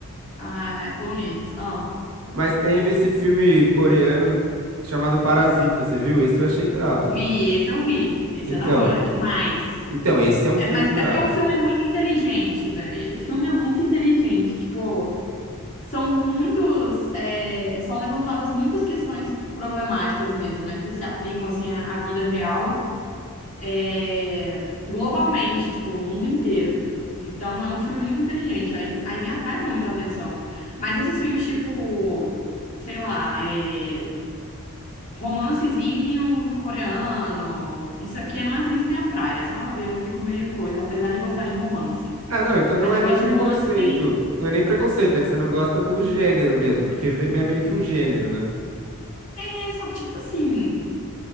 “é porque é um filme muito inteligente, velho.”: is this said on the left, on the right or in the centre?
Left